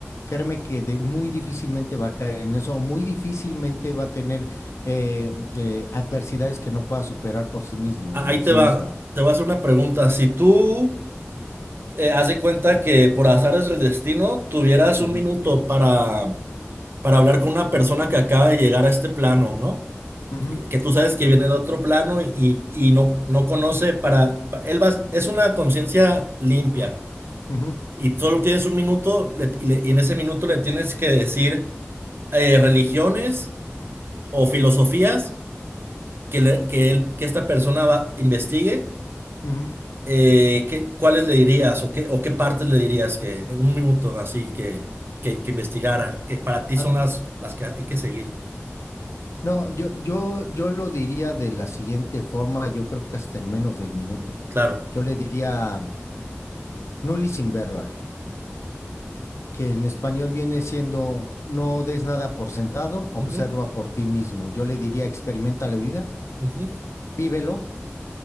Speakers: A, on the left; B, on the right.
A: créeme que de- muy difícilmente va a caer en eso, o muy difícilmente va a tener eh, eh, adversidades que no pueda superar por sí mismo
B: A- Ahí
A: o sí
B: te va,
A: misma.
B: te voy a hacer una pregunta. Si tú eh, haz de cuenta que por azares del destino tuvieras
A: Ujú,
B: un minuto para, para hablar con una persona que acaba de llegar a este plano, ¿no?
A: ujú,
B: y que tú sabes que viene de otro plano y, y no, no conoce para, pa- él va, es una conciencia limpia
A: ujú,
B: y solo tienes un minuto le- y, le- y en ese minuto le tienes que decir eh, religiones o filosofías que, le- que, él, que esta persona va- investigue,
A: ujú.
B: eh, qué- cuáles le dirías o qué, o qué partes le dirías que en un minuto así que, que, que investigara, que para ti son
A: Ah,
B: las, las que hay que seguir.
A: No, yo, yo, yo lo diría de la siguiente forma, yo creo que hasta en menos del minuto.
B: Claro.
A: Yo le diría nulli in verba, que en español viene siendo no des nada por sentado, observa
B: Ujú,
A: por ti mismo. Yo le diría experimenta la vida,
B: ujú.
A: vívelo,